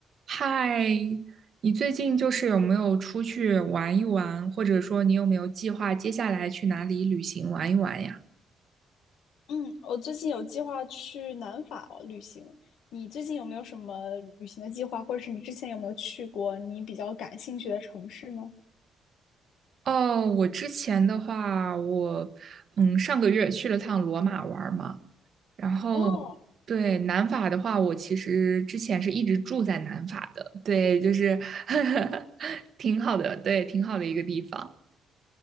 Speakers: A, on the right (about 55°); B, on the left (about 80°).
A: 嗨，你最近就是有没有出去玩一玩，或者说你有没有计划接下来去哪里旅行玩一玩呀？
B: 嗯，我最近有计划去南法哦旅行。你最近有没有什么旅行的计划，或者是你之前有没有去过你比较感兴趣的城市呢？
A: 哦，我之前的话，我嗯上个月去了趟罗马玩儿嘛，然后
B: 哦，
A: 对南法的话，我其实之前是一直住在南法的，对，就是 <laughs> 挺好的，对，挺好的一个地方。